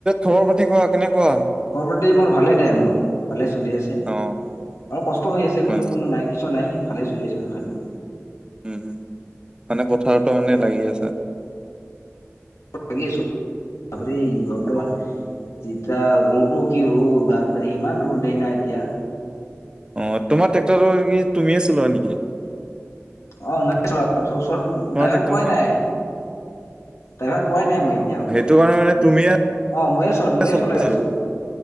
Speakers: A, on the right (about 20°); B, on the left (about 85°).
A: খবৰ পাটি কোৱা কেনেকুৱা?
B: খবৰ পাতি মোৰ ভালেই দে মোৰ ভালে চলি আছে।
A: অ
B: অলপ কষ্ট হৈ আছে কিন্তু
A: হয়
B: কোনো নাই কিছু নাই ভালে চলি আছে তথাপিও।
A: উম উম। মানে পথাৰতো মানে লাগি আছে।
B: লাগি আছোঁ। পথাৰতে বৰ্তমান
A: অ
B: যিটা ৰ'দো কি ৰ'দ বাপৰে ইমান ৰ'দ দেই না এতিয়া?
A: অ' তোমাৰ ট্ৰেক্টৰটো কি তুমিয়ে চলোৱা নেকি?
B: অ, ময়ে চলাওঁ, তাৰ পিছত চোৱা চোন
A: তোমাৰ
B: ড্ৰাইভাৰ
A: ট্ৰেক্টৰখন
B: পোৱাই নাই৷ ড্ৰাইভাৰ পোৱাই নাই মই এতিয়ালৈকে।
A: ত'মাৰনে তুমিয়ে
B: অ', ময়ে চলাওঁ, ময়ে
A: চলাইছা
B: চলাই আছোঁ,
A: আৰু